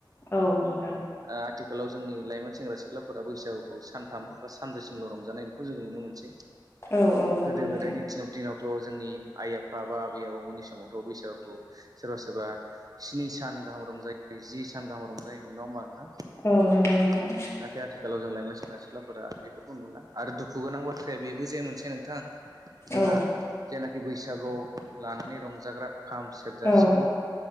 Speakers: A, on the left (about 35°); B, on the right (about 50°).
A: औ नोंथां।
B: आ आथिखालाव जोंनि लाइमोन सेंग्रा सिख्लाफोरा बैसागुखौ सानथाम बा सानब्रैसिमल' रंजानाय बेखौ जों नुनो मोनसै।
A: औ औ नंगौ
B: गोदो
A: नोंथां
B: गोदायनि दिनावथ' जोंनि आइ आफा बा आबै आबौमोननि समावथ' बैसागु खौ सोरबा सोरबा स्नि सान गाहाम रंजायो जि सान गाहाम रंजायोमोन नङा होम नाथाय
A: औ नंगौ नोंथां
B: आथिखालाव जों लाइमोन सेंग्रा सिख्लाफोरा बेफोरखौ नुला आरो दुखु गोनां बाथ्राया बेबो जे मोनसे नोंथां जोंहा
A: औ
B: जेनाखि बैसागु लानानै रंजाग्रा खाम, सेरजा,
A: औ
B: सिफुं,